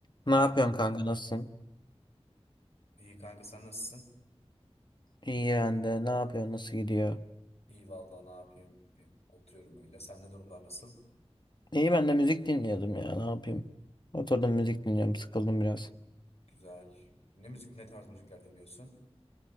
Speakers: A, on the left (about 45°); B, on the left (about 70°).
A: Ne
B: Kanka,
A: yapıyorsun kanka nasılsın?
B: iyi kanka sen nasılsın?
A: İyi ben de. Ne yapıyorsun? Nasıl gidiyor?
B: İyi vallahi ne yapayım? Oturuyorum öyle. Sen ne durumlar nasıl?
A: İyi ben de müzik dinliyordum ya. Ne yapayım? Oturdum müzik dinliyorum. Sıkıldım biraz.
B: Güzel. Ne müzik, ne tarz müzikler dinliyorsun?